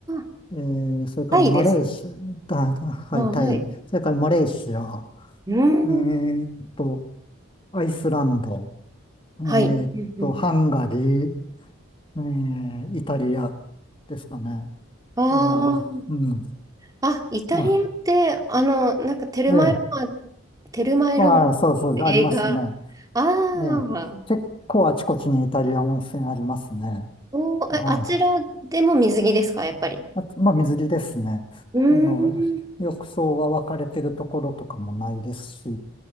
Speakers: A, on the right; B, on the left.
A: あ。
B: えー、それからマレーシア、
A: タイです。
B: たたはい、
A: あはい。
B: タイ、それからマレーシア、
A: うーん。
B: えーっと、
A: うん
B: アイスランド、えーっと、
A: はい。うんうん。
B: ハンガリー、えーイタリアですかね。
A: あ
B: あの、
A: あ。
B: うん。
A: あ、イタリアって、
B: あ、
A: あの、なんかテルマエロマ
B: ええ、
A: テルマエ・
B: ああ、
A: ロマンっていう映画。
B: そうそう、ありますね。
A: ああ、
B: ええ、結構あちこちにイタリア温泉ありますね。
A: おー、
B: は
A: えあちらでも水着ですか、やっぱり。
B: あ、あとまあ、水着ですね。
A: うーん。
B: あの、浴槽が分かれてるところとかもないですし、